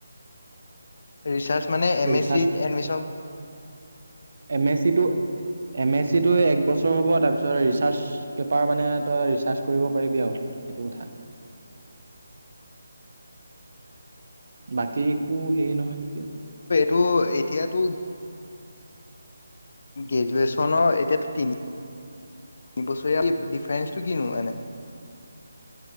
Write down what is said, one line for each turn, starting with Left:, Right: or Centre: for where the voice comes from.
Left: ৰিচাৰ্জ- মানে M
Right: research
Left: S C admission
Right: M S C টো এম এছ চিটো এক বছৰ হ'ব তাৰপিছত ৰিচাৰ্জ টো পেপাৰ মানে তই ৰিচাৰ্জ কৰিব পাৰিবি আৰু সেইটো কথা। বাকী একো হেৰি নহয় নেকি?
Left: তো, এতিয়াতো গ্ৰেজুৱেচনৰ এতিয়াতো তিনি বছৰীয়া ডিফাৰেন্স টো কিনো এনে?